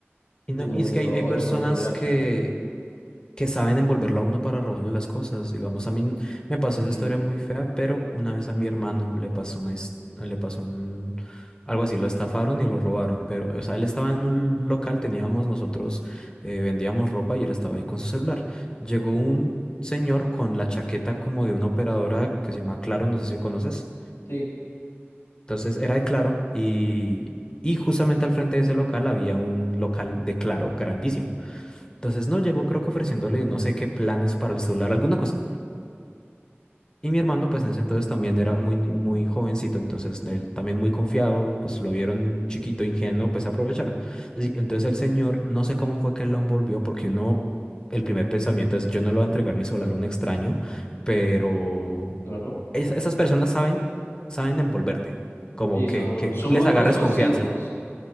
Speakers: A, on the left; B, on the left.
A: Y,
B: de
A: no-
B: un momento
A: y es que hay,
B: a
A: hay
B: otro,
A: personas
B: es muy drástico.
A: que, que saben envolverlo a uno para robarle las cosas. Digamos, a mí n- me pasó esa
B: Sí,
A: historia muy fea, pero una vez a mi hermano le pasó una, his- le pasó un, algo así, lo estafaron y lo robaron. Pero, o sea, él estaba en un local, teníamos nosotros, eh, vendíamos ropa y él estaba ahí con su celular. Llegó un señor con la chaqueta como de una operadora que se llama Claro, no sé si conoces.
B: sí,
A: Entonces era de Claro y, y justamente al frente de ese local había un local de Claro grandísimo. Entonces no llegó, creo que ofreciéndole no sé qué planes para el celular, alguna cosa. Y mi hermano, pues en ese entonces también era muy, ni- muy jovencito, entonces él también muy confiado, pues lo vieron chiquito, ingenuo, pues aprovecharon. Sí, Entonces el señor, no sé cómo fue que lo envolvió, porque uno, el primer pensamiento es, yo no lo voy a entregar mi celular a un extraño, pero
B: claro.
A: es- esas personas saben, saben envolverte, como
B: Sí,
A: que,
B: son,
A: que
B: son
A: tú
B: muy
A: les agarres
B: persuasivos.
A: confianza.